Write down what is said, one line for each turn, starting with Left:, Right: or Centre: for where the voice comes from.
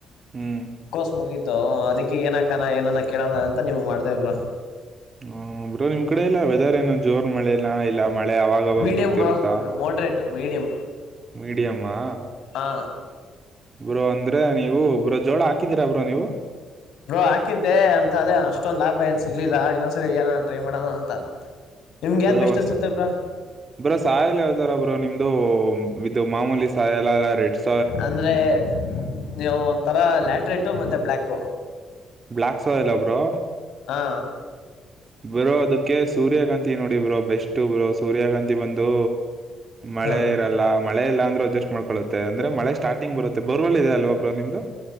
Right: ಹ್ಮ್
Left: ಕೋಸ್ ಮುಗೀತು ಅದಕ್ಕೆ ಏನಾಕಣ ಏನಾನ ಕೇಳೋಣ ಅಂತ ನಿಮ್ ಮಾಡ್ದೇ ಬ್ರ
Right: ಹ್ಮ ಬ್ರೋ ನಿಮ್ ಕಡೆ ಎಲ್ಲ ವೆದರ್ ಏನ ಜೋರ್ ಮಳೆ ಎಲ್ಲ ಇಲ್ಲ ಮಳೆ ಅವಾಗಾವಾಗ
Left: ಮೀಡಿಯಂ
Right: ಬರ್ತಿರುತ್ತಾ
Left: ಬ್ರೋ ಮೋಡ್ರೇಟ್ ಮೀಡಿಯಂ
Right: ಮೀಡಿಯಮ್ಮಾ
Left: ಹಾ
Right: ಬ್ರೋ ಅಂದ್ರೆ ನೀವು ಬ್ರೋ ಜೋಳ ಹಾಕಿದೀರಾ ಬ್ರೋ ನೀವು
Left: ಬ್ರೋ ಹಾಕಿದ್ದೆ ಅಂತ ಅದೇ ಅಷ್ಟೊಂದ ಲಾಭ ಏನ್ ಸಿಗ್ಲಿಲ್ಲ ಇನ್ನೊಂದ್ಸರಿ ಏನ ಟ್ರೈ ಮಾಡೋಣ ಅಂತ ನಿಮ್ಗೆ ಯಾವ್ದ್
Right: ಬರೋ
Left: ಬೆಸ್ಟ್
Right: ವಸ್
Left: ಅನ್ಸುತ್ತೆ ಬ್ರೋ
Right: ಬರೋ ಸಾಯಲ್ಲ ಯಾವತರ ಬರೋ ನಿಮ್ದು ವಿತ್ ಮಾಮೂಲಿ ಸಾಯಾಲಾಲ ರೇಟ್ಸ್
Left: ಅಂದ್ರೆ ನೀವು ಒಂಥರ ಲ್ಯಾಟ್ ರೆಟ್ ಮತ್ತೆ ಬ್ಯಾಕ್
Right: ಬ್ಲಯಾಕ್ ಸೋ ಇಲ್ಲ ಒಬ್ರು
Left: ಹಾ
Right: ಬರೋ ಅದಕ್ಕೆ ಸೂರ್ಯಕಾಂತಿ ನೋಡಿ ಬ್ರೋ ಬೆಸ್ಟ್ ಬ್ರೋ ಸೂರ್ಯಕಾಂತಿ ಬಂದು ಮಳೆ
Left: ಹಾ
Right: ಇರಲ್ಲ ಮಳೆ ಇಲ್ಲ ಅಂದ್ರೆ ಅಡ್ಜಸ್ಟ್ ಮಾಡ್ಕೊಳ್ಳುತ್ತೆ ಅಂದ್ರೆ ಮಳೆ ಸ್ಟಾರ್ಟಿಂಗ್ ಬರುತ್ತೆ ಬೊರ್ವೆಲ್ ಇದೆ ಅಲ್ವಾ ಒಬ್ರು ನಿಮ್ದು